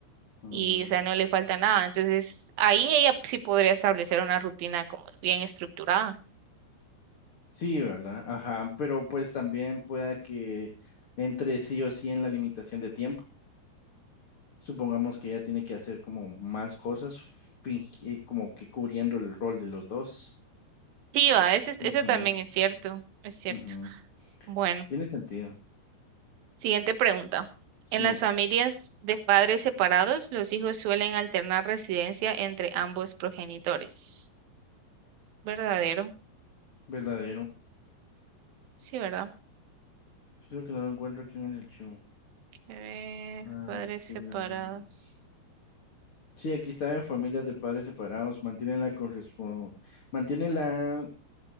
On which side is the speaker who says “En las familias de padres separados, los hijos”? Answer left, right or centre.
Right